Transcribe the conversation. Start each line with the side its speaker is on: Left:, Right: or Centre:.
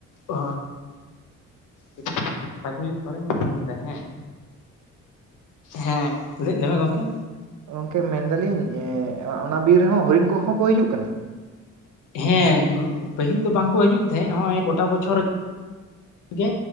Left: ᱚ ᱦᱚ <unintelligible> ᱢᱤᱱᱤᱴ ᱯᱚᱨᱮ ᱯᱷᱱ ᱫᱟ ᱦᱮᱸ ᱦᱮᱸ ᱞᱟᱹ ᱞᱟᱹᱭ ᱢᱮ ᱜᱚᱝᱠᱮ?
Right: ᱜᱚᱝᱠᱮ ᱢᱮᱱ ᱫᱟᱹᱞᱤᱧ ᱮᱸ ᱚ ᱚᱱᱟ ᱵᱤᱨ ᱨᱮᱦᱚᱸ ᱦᱚᱨᱤᱱ ᱠᱚᱦᱚᱸ ᱠᱚ ᱦᱤᱡᱩᱜ ᱠᱟᱱᱟ?
Left: ᱦᱮᱸ ᱯᱟᱹᱦᱤᱞ ᱫᱚ ᱵᱟᱝ ᱠᱚ ᱦᱤᱡᱩᱜ ᱛᱮᱦᱮᱸᱜ ᱦᱚᱸᱜ-ᱚᱭ ᱠᱚᱴᱟ ᱵᱚᱪᱷᱚᱨᱼᱼ ᱜᱮ